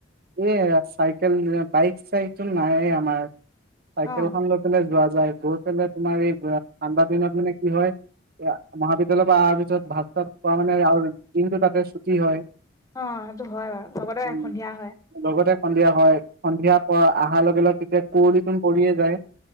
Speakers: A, on the right; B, on the left.
A: এ চাইকেল বাইক চাইকো নাইে আমাৰ চাইকেল
B: অ
A: খন। লৈ পাই যোৱা যাই গৈ পাই তোমাৰ এই ঠাণ্ডা দিনত মানে কি হয় এ মহাবিদ্যালয়ৰ পৰা অহাৰ পিছত ভাত চাত পোৱা মানে আৰু দিনটো তাতে ছুটি হয়
B: অ সেইটো হয় বাৰু লগতে
A: উ
B: সন্ধিয়া হয়
A: লগতে সন্ধিয়া হয় সন্ধিয়া প অহাৰ লগে-লগে তেতিয়া কুৱৰিত পৰি এ যায়।